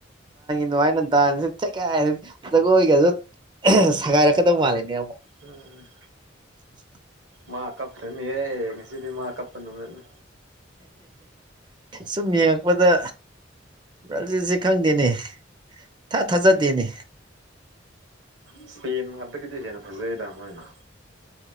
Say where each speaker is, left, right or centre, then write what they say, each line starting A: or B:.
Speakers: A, on the right; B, on the right.
A: ꯅ ꯋꯥꯥꯏꯅ ꯗꯥꯟꯁ ꯊ ꯖꯒꯣꯏꯒꯁꯨ ꯁꯒꯥꯏꯔꯛꯀꯗꯕ ꯃꯥꯜꯂꯦꯅꯦ
B: ꯎꯝ
A: <unintelligible>
B: ꯃꯥ ꯀꯞꯈ꯭ꯔꯅꯤꯍꯦ ꯉꯁꯤꯗꯤ ꯃꯥ ꯀꯞꯄꯅꯣꯅꯦꯅ
A: ꯁꯨꯝ ꯌꯦꯡꯉꯛꯄꯗ ꯔꯥꯖꯤꯠꯁꯦ ꯈꯪꯗꯦꯅꯦ ꯊꯥ ꯊꯥꯖꯗꯦꯅꯦ
B: ꯏꯁꯄꯦꯟ ꯉꯥꯛꯇꯒꯤꯗꯤ ꯍꯦꯟꯅ ꯐꯖꯩꯗ ꯑꯃ ꯑꯣꯏꯅ